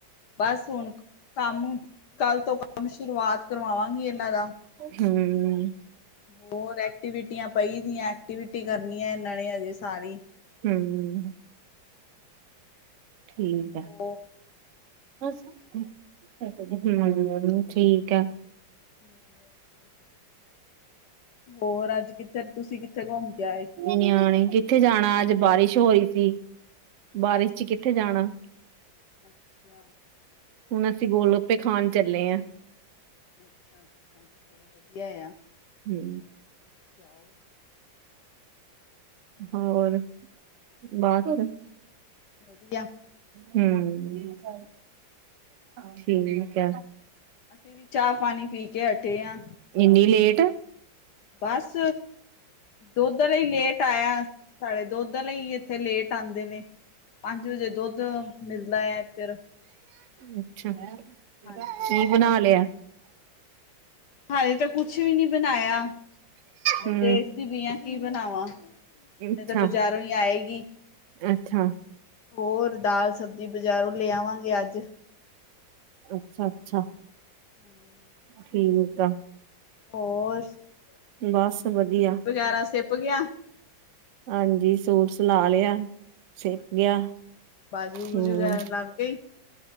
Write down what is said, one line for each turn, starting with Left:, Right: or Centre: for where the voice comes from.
Left: ਬਸ ਹੁਣ ਕੰਮ ਕੱਲ ਤੋਂ ਕੰਮ ਸ਼ੁਰੂਆਤ ਕਰਵਾਵਾਂਗੀ ਏਨਾਂ ਦਾ।
Right: ਹੂੰ।
Left: ਹੋਰ ਐਕਟੀਵਿਟੀਆਂ ਪਈ ਦੀਆਂ ਐਕਟੀਵਿਟੀ ਕਰਨੀ ਐ ਏਨਾਂ ਨੇ ਹਜੇ ਸਾਰੀ।
Right: ਹੂੰ ਠੀਕ
Left: ਓ
Right: ਹਂ ਹੂੰ ਠੀਕ ਐ।
Left: <inaudible> ਹੋਰ ਅੱਜ ਕਿੱਥੇ ਤੁਸੀਂ ਕਿੱਥੇ ਕੁਮ ਕੇ ਆਏ?
Right: ਨਿਆਣੇ ਕਿੱਥੇ ਜਾਣਾ ਅੱਜ ਬਾਰਿਸ਼ ਹੋਈ ਸੀ ਬਾਰਿਸ਼ ਚ ਕਿੱਥੇ ਜਾਣਾ।
Left: ਅੱਛਾ।
Right: ਹੁਣ ਅਸੀਂ ਗੋਲੱ ਗਪੇ ਖਾਣ ਚੱਲੇ ਆਂ।
Left: ਅੱਛਾ-ਅੱਛਾ ਚਲੋ ਵਧੀਆ ਆ।
Right: ਹੂੰ।
Left: ਜਾਓ।
Right: ਹੋਰ ਬਸ
Left: ਵਧੀਆ।
Right: ਹੂੰ ਠੀਕ ਐ।
Left: ਅਸੀਂ ਵੀ ਚਾਹ-ਪਾਣੀ ਪੀ ਕੇ ਹਟੇ ਆ।
Right: ਏਨੀ ਲੇਟ
Left: ਬਸ। ਦੋਧ ਆਲਾ ਈ ਲੇਟ ਆਇਆ ਸਾਡੇ ਦੋਧ ਆਲੇ ਈ ਇੱਥੇ ਲੇਟ ਆਂਦੇ ਨੇ। ਪੰਜ ਵਜੇ ਦੋਧ ਮਿਲਦਾ ਐਧਰ
Right: ਅੱਛਾ
Left: ਹਾਂਜੀ
Right: ਕੀ ਬਣਾ ਲਯਾ?
Left: ਹਜੇ ਤੇ ਕੁੱਛ ਵੀ ਨੀ ਬਣਾਇਆ ਹਜੇ
Right: ਹੂੰ
Left: ਦੇਖਦੀ ਪਈ ਆ ਕੀ ਬਣਾਵਾਂ?
Right: ਅੱਛਾ
Left: ਨਈ ਤਾਂ ਬਜ਼ਾਰੋਂ ਈ ਆਏਗੀ।
Right: ਅੱਛਾ।
Left: ਹੋਰ ਦਾਲ-ਸਬਜ਼ੀ ਬਜਾਰੋ ਲੇ ਆਵਾਂਗੇ ਅੱਜ।
Right: ਅੱਛਾ, ਅੱਛਾ।
Left: ਹੁੰ
Right: ਠੀਕ ਆ।
Left: ਹੋਰ, ਸੂਟ
Right: ਬਸ ਵਧੀਆ
Left: ਵਗੈਰਾ ਸਿਪ ਗਿਆ?
Right: ਹਾਂਜੀ, ਸੂਟ ਸਿਲਾ ਲਿਆ। ਸਿਪ
Left: ਅੱਛਾ,
Right: ਗਿਆ
Left: ਬਾਜੂ ਬੁਜੁ
Right: ਹੂੰ
Left: ਵਗੈਰਾ ਲੱਗ ਗਈ।